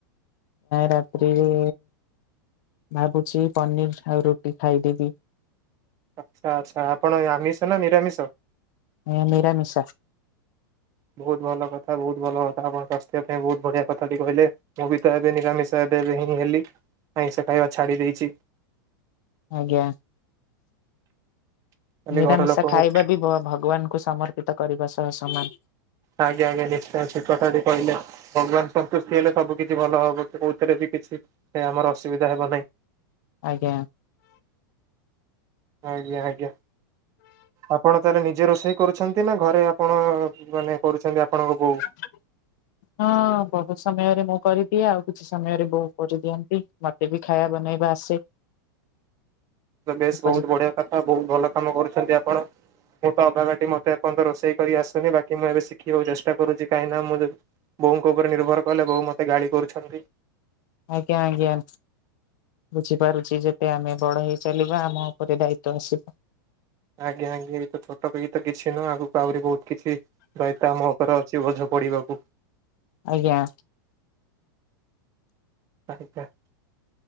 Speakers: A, on the left; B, on the right.
A: ରାତି ରେ ଭାବୁଛି ପନିର ଆଉ ରୁଟି ଖାଇଦେବି।
B: ଆଚ୍ଛା ଆଚ୍ଛା ଆପଣ ଆମିଷ ନା ନିରାମିଷ?
A: ମୁଁ ନିରାମିଷ।
B: ବହୁତ ଭଲ କଥା ବହୁତ ଭଲ କଥା ଆପଣଙ୍କ ସ୍ୱାସ୍ଥ୍ୟ ପାଇଁ ବହୁତ ବଢିଆ କଥାଟି କହିଲେ। ମୁଁ ବି ତ ଏବେ ନିରାମିଷ ଏବେ ଏବେ ହିଁ ହେଲି ଆମିଷ ଖାଇବା ଛାଡ଼ିଦେଇଛି।
A: ଆଜ୍ଞା
B: ଖାଲି
A: ନିରାମିଶା
B: ଘର ଲୋକଙ୍କୁ
A: ଖାଇବା ବି ଭଗବାନଙ୍କୁ ସମର୍ଥ କରିବା ସହ ସମାନ।
B: ଆଜ୍ଞା ଆଜ୍ଞା ନିଶ୍ଚୟ ଠିକ୍ କଥା ଟି କହିଲେ। ଭଗବାନ ସନ୍ତୁଷ୍ଟି ହେଲେ ସବୁ କିଛି ଭଲ ହବ କଉଥିରେ ବି କିଛି ସେ ଆମର ଅସୁବିଧା ହେବ ନାହିଁ।
A: ଆଜ୍ଞା।
B: ଆଜ୍ଞା ଆଜ୍ଞା ଆପଣ ତାହେଲେ ନିଜେ ରୋଷେଇ କରୁଛନ୍ତି? ନା ଘରେ କଣ ମାନେ କରୁଛନ୍ତି ଆପଣଙ୍କ ବୋଉ?
A: <inaudible> ହଁ ବହୁତ ସମୟରେ ମୁଁ କରିଦିଏ ଆଉ କିଛି ସମୟରେ ବୋଉ କରିଦିଅନ୍ତି ମତେ ବି ଖାଇବା ବନେଇବା ଆସେ।
B: ବେଶ
A: ଉପଯୁକ୍ତ
B: ବହୁତ ବଢିଆ କଥା ବହୁତ ଭଲ କାମ କରୁଛନ୍ତି ଆପଣ। ମୁଁ ତ ଅଭା ଟି ମତେ ଏପର୍ଯ୍ୟ ରୋଷେଇ କରି ଆସୁନି ବାକି ମୁଁ ଏବେ ଶିଖିବାକୁ ଚେଷ୍ଟା କରୁଛି କାହିଁକି ନା ମୁଁ ଯଦି ବୋଉଙ୍କ ଉପରେ ନିର୍ଭର କଲେ ବୋଉ ମତେ ଗାଳି କରୁଛନ୍ତି।
A: ଆଜ୍ଞା ଆଜ୍ଞା। ବୁଝିପାରୁଛି ଯେତେ ଆମେ ବଡ ହେଇ ଚାଲିବା ଆମ ଉପରେ ଦାୟିତ୍ଵ ଆସିବ।
B: ଆଜ୍ଞା ଆଜ୍ଞ ଏ ତ ଛୋଟ ପକ ତ କିଛି ନୁହଁ ଆଗକୁ ଆହୁରି ବହୁତ କିଛି ଦାୟତ ଆମ ଉପରେ ଅଛି ବଝ ପଢିବାକୁ।
A: ଆଜ୍ଞା।
B: <unintelligible>